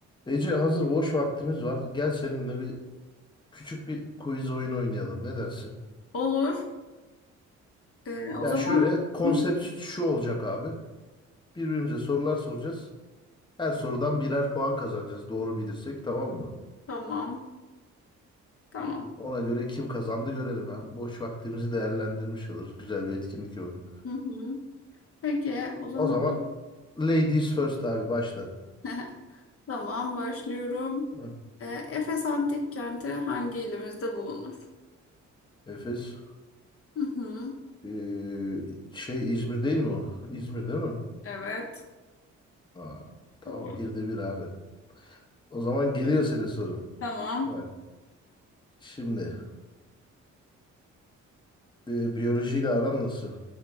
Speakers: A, on the left; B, on the left.
A: Ece hazır boş vaktimiz var. Gel seninle bir küçük bir quiz oyun oynayalım. Ne dersin?
B: Olur. Ee, o
A: Ya
B: zaman
A: şöyle konsept
B: Hı hı.
A: şu olacak abi. Birbirimize sorular soracağız. Her sorudan birer puan kazanacağız. Doğru bilirsek tamam mı?
B: tamam. Tamam.
A: Ona göre kim kazandı görelim. Hem boş vaktimizi değerlendirmiş oluruz. Güzel bir etkinlik olur.
B: Hı hı. Peki o zaman
A: O zaman ladies first abi başla.
B: <laughs> tamam başlıyorum.
A: Hı,
B: Ee, Efes Antik Kenti hangi ilimizde bulunur?
A: Efes.
B: Hı hı.
A: Ee, şey İzmir değil mi o? İzmir değil mi?
B: Evet.
A: Aa, tamam
B: Doğru.
A: bir de bir abi. O zaman geliyor senin sorun.
B: Tamam.
A: Bak. Şimdi e, biyolojiyle aran nasıl?